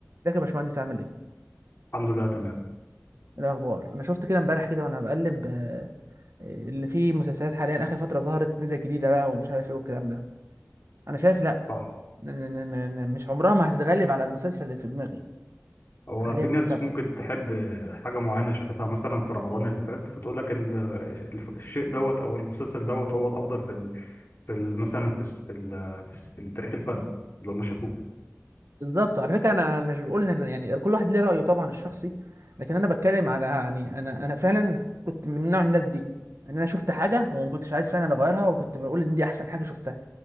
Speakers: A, on the right (about 65°); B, on the left (about 55°).
A: ازيك يا باشمهندس عامل ايه؟
B: الحمد لله تمام
A: ايه الاخبار؟ انا شفت كده امبارح كده وانا بقلب آه، اللي فيه مسلسلات حاليا اخر فتره ظهرت نزل جديده بقى ومش عارف ايه والكلام ده انا شايف لا
B: صح
A: ن- ن- ن- ن- مش عمرها ما هتتغلب على المسلسل اللي في دماغي
B: هو
A: حاليا
B: في
A: انا
B: ناس
A: بتابعه
B: ممكن تحب حاجة معينة شافتها مثلا في رمضان اللي فات فتقول لك ال- الف- الشيء دوت أو المسلسل دوت هو الأفضل في ال... في ال... مثلا في الس- في ال... في الس- في التاريخ الفني اللي هم شافوه
A: بالظبط على فكره انا انا مش بقول ان يعني كل واحد ليه رايه طبعا الشخصي لكن انا بتكلم على يعني انا انا فعلا كنت من نوع الناس دي ان انا شفت حاجه وما كنتش عايز فعلا اغيرها وكنت بقول ان دي احسن حاجه شفتها